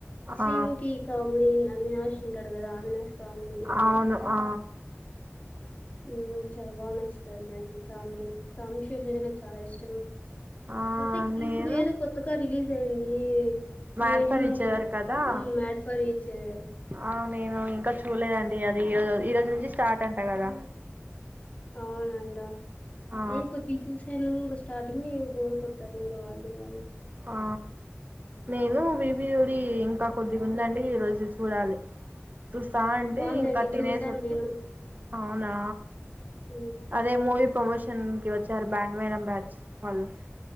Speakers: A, on the left (about 35°); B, on the right (about 40°).
A: శ్రీవుకి
B: ఆ
A: కామెడీ అవినాష్ ఉంటడు కదా అవినాష్ కామెడీ
B: అవును ఆ
A: ఊ చాలా బాగా నచ్చుతుది నాకి కామిడి కామిడి శూషన్ నాకు చాలా ఇష్టం
B: ఆ
A: హృతిక్
B: నేను
A: ఇప్పుడు ఏదో కొత్తగా రిలీజ్ అయింది
B: మ్యాడ్
A: వేడిన్
B: ఫర్ ఈచ్ అదర్ కదా
A: ఊ మాడ్ ఫర్ ఈచ్ అదర్
B: ఆ నేను ఇంకా చూలేదండి అది ఈ ఓ ఓ ఈ రోజు నుంచి స్టార్ట్ అంటా కదా
A: అవునంట
B: ఆ
A: ఏ కొద్ది చూస ఇంకొస్ స్టార్టింగ్ ఇగ బోర్ కొడుతది ఇంకా వాలు వాలు
B: ఆ నేను బిబి జోడి ఇంకా కొద్దిగా ఉందండి ఈ రోజు చూడాలి చూస్తాంటి
A: బాగుందండి
B: ఇంకా తినేసి
A: చూసాను
B: వచ్చి
A: నేను
B: అవునా
A: ఉమ్
B: అదే మూవి ప్రమోషన్ కి వచ్చేరు బ్యాండ్ మేళం బ్యాచ్ వాళ్ళు